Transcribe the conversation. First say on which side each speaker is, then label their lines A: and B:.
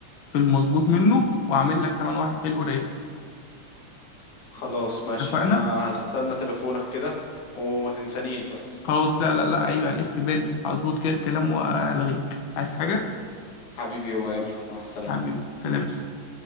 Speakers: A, on the left (about 50°); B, on the left (about 75°).
A: في المظبوط منه واعمل لك كمان واحد حلو رايق
B: خلاص ماشي
A: اتفقنا
B: انا هستنى تليفونك كده وما تنسانيش بس
A: خلاص لا لا لا عيب عليك في بالي هظبط كده الكلام والغيك عايز حاجة
B: حبيبي يابا يلا مع السلامة
A: حبيبي سلام يا صاحبي